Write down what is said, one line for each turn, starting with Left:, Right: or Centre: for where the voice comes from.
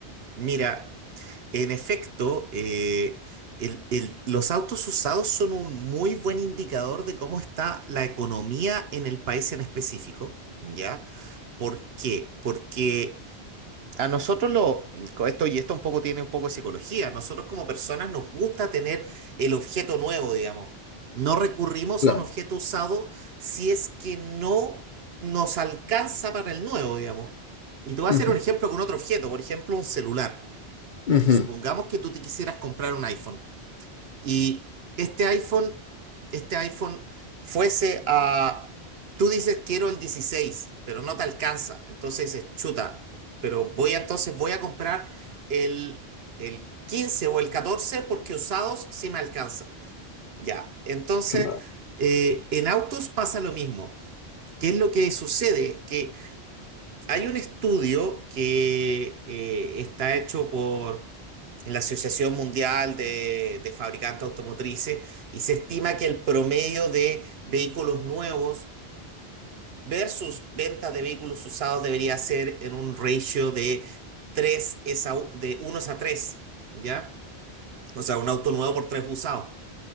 Right: Mira. En efecto, eh, el- el- los autos usados son un muy buen indicador de cómo está la economía en el país en específico, ¿ya? ¿Por qué? Porque a nosotros lo, con esto y esto un poco tiene un poco de psicología, a nosotros como personas nos gusta tener el objeto nuevo, digamos. No recurrimos
Left: Claro,
Right: a un objeto usado si es que no nos alcanza para el nuevo, digamos. Y te voy a
Left: Ujú,
Right: hacer un ejemplo con otro objeto, por ejemplo, un celular.
Left: ujú,
Right: Supongamos que tú te quisieras comprar un iPhone y este iPhone, este iPhone fuese a... Tú dices quiero el 16, pero no te alcanza. Entonces dices, chuta, pero voy a entonces voy a comprar el, el 15 o el 14 porque usados sí me alcanza. Ya, entonces
Left: claro,
Right: eh, en autos pasa lo mismo. ¿Qué es lo que sucede? Que hay un estudio que eh, está hecho por la Asociación Mundial de, de Fabricantes Automotrices y se estima que el promedio de vehículos nuevos versus ventas de vehículos usados debería ser en un ratio de 3 es a u- de uno es a tres ¿ya? O sea, un auto nuevo por 3 usados.